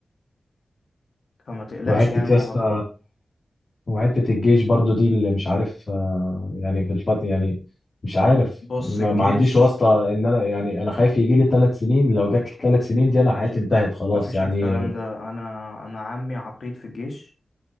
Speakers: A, on the left; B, on the left.
A: فما تقلقش
B: وحتة
A: يعني من
B: يا
A: الموضوع
B: اسطى
A: ده
B: وحتة الجيش برضو دي اللي مش عارف آه، يعني في الفترة يعني مش عارف
A: بص
B: ما
A: الجيش
B: ما عنديش واسطة ان انا يعني انا خايف يجي لي ثلاث سنين لو جات لي ثلاث سنين دي انا حياتي
A: مفيش
B: انتهت خلاص
A: مفيش
B: يعني
A: الكلام ده انا انا عمي عقيد في الجيش